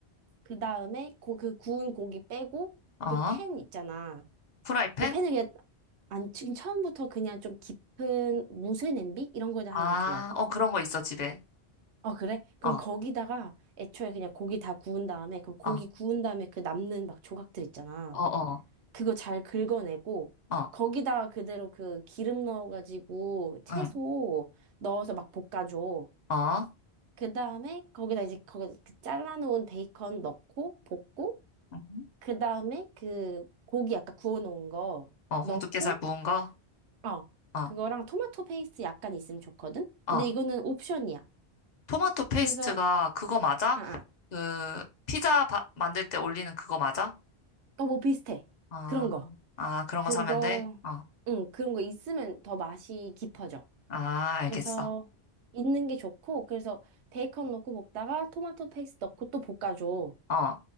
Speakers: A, on the right (about 80°); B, on the left (about 50°).
A: 그 다음에 고, 그 구운 고기 빼고,
B: 어,
A: 그 팬 있잖아.
B: 프라이팬?
A: 그 팬을 그냥, 아니, 지금 처음부터 그냥 좀 깊은 무쇠 냄비? 이런 거에다
B: 아,
A: 하는 게 좋아.
B: 어, 그런 거 있어, 집에.
A: 어, 그래? 그럼
B: 어,
A: 거기다가 애초에 그냥 고기 다 구운 다음에, 그럼 고기
B: 어,
A: 구운 다음에 그 남는 막 조각들 있잖아.
B: 어, 어,
A: 그거 잘 긁어내고,
B: 어,
A: 거기다가 그대로 그 기름 넣어가지고 채소
B: 응,
A: 넣어서 막 볶아줘.
B: 어,
A: 그 다음에 거기다 이제 거기 그 잘라놓은 베이컨 넣고 볶고,
B: 응.
A: 그 다음에 그 고기 아까 구워놓은 거
B: 어, 홍두깨살
A: 넣고,
B: 구운 거?
A: 어,
B: 어,
A: 그거랑 토마토 페이스 약간 있으면 좋거든?
B: 어.
A: 근데 이거는 옵션이야.
B: 토마토 페이스트가
A: 그래서,
B: 그거 맞아?
A: 아, 아,
B: 그, 피자 바- 만들 때 올리는 그거 맞아?
A: 어, 뭐 비슷해.
B: 아,
A: 그런 거.
B: 아, 그런
A: 그거,
B: 거 사면 돼? 어,
A: 응, 그런 거 있으면 더 맛이 깊어져.
B: 아,
A: 그래서
B: 알겠어.
A: 있는 게 좋고, 그래서 베이컨 넣고 볶다가 토마토 페이스 넣고 또 볶아줘.
B: 어,